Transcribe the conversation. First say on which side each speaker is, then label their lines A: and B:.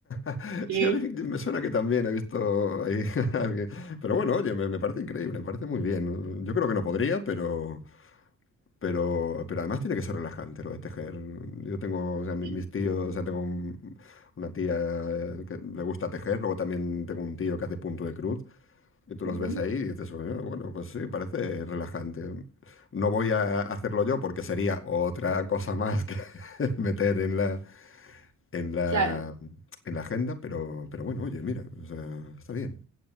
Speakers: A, on the left; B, on the right.
A: <laughs>
B: Sí.
A: sí, a mí me suena que también he visto ahí <laughs> a alguien, pero bueno, oye, me, me parece increíble, me parece muy bien. Yo creo que no podría, pero... Pero, pero además tiene que ser relajante lo de tejer. Yo tengo, o sea, mi-
B: Sí.
A: mis tíos, o sea, tengo un- una tía eh, que le gusta tejer, luego también tengo un tío que hace punto de cruz, y tú
B: Ujú,
A: los ves ahí y dices, "Bueno, bueno, pues sí, parece relajante. No voy a hacerlo yo porque sería otra cosa más que <laughs> meter en la, en la,
B: Claro,
A: en la agenda, pero, pero bueno, oye, mira, o sea, está bien.